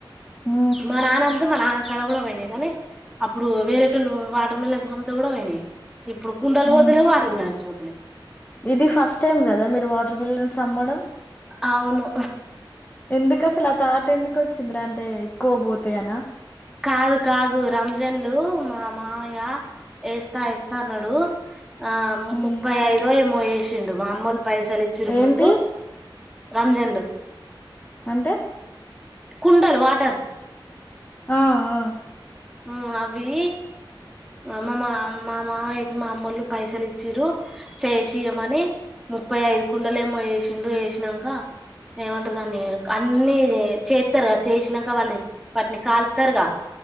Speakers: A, on the left; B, in the centre.
A: ఉ
B: మా నాన్న అమ్మితే మ నా అక్కడ కూడా పోయినాయి గానీ అప్పుడు వేరేటోల్లు వాటర్ మిలన్ కూడా పోయినాయి. ఇప్పుడు కుండలు
A: ఉ
B: పోతలేవ్ వాటర్ మిలన్ పోతలేవ్
A: ఇది ఫస్ట్ టైమ్ కదా మీరు వాటర్ మిలన్ అమ్మడం
B: అవును
A: ఎందుకు అసలు ఆ తాట్ ఎందుకు వచ్చిందరా అంటే ఎక్కువ పోతాయనా
B: కాదు కాదు రంజన్లు మా మామయ్య వేస్తా వేస్తా అన్నాడు ఆ
A: హ్మ్.
B: ముప్పై ఐదు ఏమో వచ్చిండు మా అమ్మోల్లు పైసలిచ్చురు
A: ఏంటి
B: ముందు రంజన్లు
A: అంటే
B: కుండలు వాటర్
A: ఆ ఆ
B: ఆ అవి మా మా మా మామయ్య మా అమ్మళ్ళు పైసలు ఇచ్చ్ర చేసియమని ముప్పై ఐదు కుండలు ఏమో చేసిండు వేసినంక ఏమంటారు దాన్ని అన్ని చేత్తరుగాద చేసినాక వాళ్ళని వాటిని కాల్తారుగా